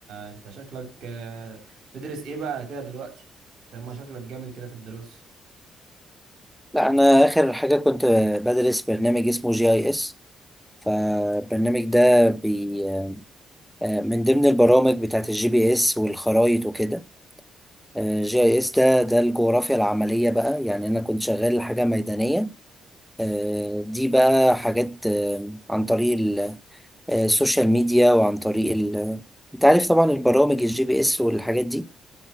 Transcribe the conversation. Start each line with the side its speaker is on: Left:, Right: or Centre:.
Right: انت شكلك آه، تدرس ايه بقى على كده دلوقتي طب ما شكلك جامد كده في الدراسه
Centre: لا انا اخر حاجه كنت بدرس برنامج اسمه جي اي اس فالبرنامج ده بي آه، من ضمن البرامج بتاعت الجي بي اس والخرايط وكده جي اي اس ده ده الجغرافيا العمليه بقى يعني انا كنت شغال حاجه ميدانيه آه، دي بقى حاجات آه، عن طريق ال- آه، السوشيال ميديا وعن طريق ال... انت عارف طبعا البرامج الجي بي اس والحاجات دي